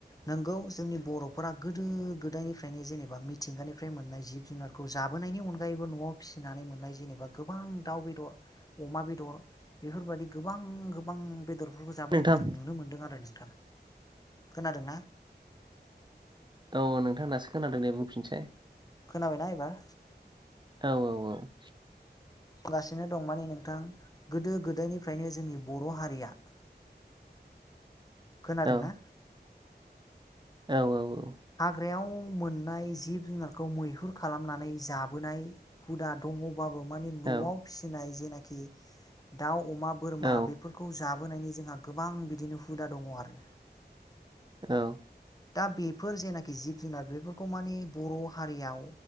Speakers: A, on the left; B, on the right.
A: नोंगौ जोंनि बर'फोरा गोदो-गोदायनिफ्रायनो जेनेबा मिथिंगानिफ्राय मोननाय जिब-जुनारखौ जाबोनायनि अनगायैबो न'आव फिसिनानै मोननाय जेनेबा गोबां दाउ बेदर अमा बेदर बेफोरबायदि गोबां गोबां बेदरफोरखौ जाबोनायखौ
B: नोंथां
A: जों नुनो मोन्दों आरो नोंथां। खोनादों ना?
B: औ नोंथां दासो खोनादों दे बुंफिनसै
A: खोनाबायना एबार
B: औ औ औ
A: बुंगासिनो दं माने नोंथां गोदो-गोदायनिफ्रायनो जोंनि बर' हारिया खोनादोंना?
B: औ औ औ
A: हाग्रायाव मोननाय जिब जुनारखौ मैहुर खालामनानै जाबोनाय हुदा दङ बाबो माने न'आव
B: औ
A: फिसिनाय जेनिखि दाव अमा बोरमा
B: औ
A: बेफोरखौ जा बोनायनि जोंहा गोबां बिदिनो हुदा दङ आरो
B: औ
A: दा बेफोर जेनाखि जिब जुनार बेफोरखौ माने बर' हारियाव